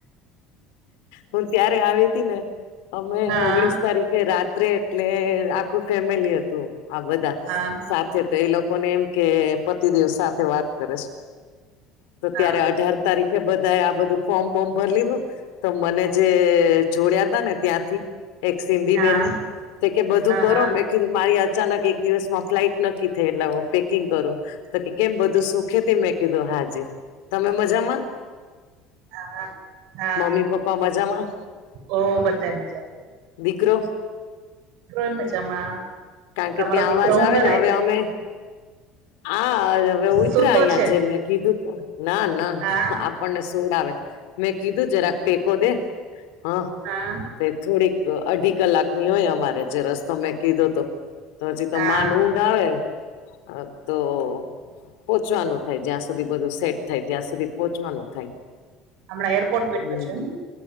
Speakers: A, on the left; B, on the right.
A: હું ત્યારે આવી હતી ને અમે
B: હા
A: ઓગણીસ તરીકેે રાત્રે એટલે આખું ફેમિલી હતું આ બધા
B: હા
A: સાથે. તો એ લોકો ને એમ કે પતિદેવ સાથે વાત કરે છે તો
B: હા
A: ત્યારે અઢાર તારીખે બધ ધાએ આ બધું ફોર્મ બોમ ભરી લીધું તો મને જે જોડયા તા ને ત્યાંથી એક સિંધી
B: હા
A: બેને તે કે બધું કરો
B: હા હા
A: મેં કીધું મારી અચાનક એક દિવસમાં ફ્લાઈટ નક્કી થઈ એટલે હું પેકિંગ કરું તો કે કેમ બધું સુ ખેથી મેં કીધુ હાજી તમે મજામાં.
B: હા હા
A: મમ્મી પપ્પા મજામાં
B: ઓ બધાય મજામ.
A: દીકરો
B: એ મજામાં
A: કારણ
B: તમારો
A: કે ત્યાં
B: દીકરો
A: અવાજ
B: હું
A: આવે
B: કરે
A: ને હવે અમે આ હવે ઉતરા
B: સુતો
A: અહિયાં
B: છે
A: જે મેં કીધુંતુ ના ના
B: હા
A: આ સુવડાવે મેં કીધું જરાક ટેકો દે હા.
B: હા.
A: તે થોડીક અઢી કલાકની હોય અમારે જે રસ્તો મેં કીધો તો. તો હજી તો
B: હા
A: માંડ ઊંઘ આવે હા તો પોહોંચવાનું થાય જ્યાં સુધી બધું સેટ થાય ત્યાં સુધી પોહોંચવાનું થાય.
B: હમણાં એરપોર્ટ બેઠા
A: હમ
B: છો એમ.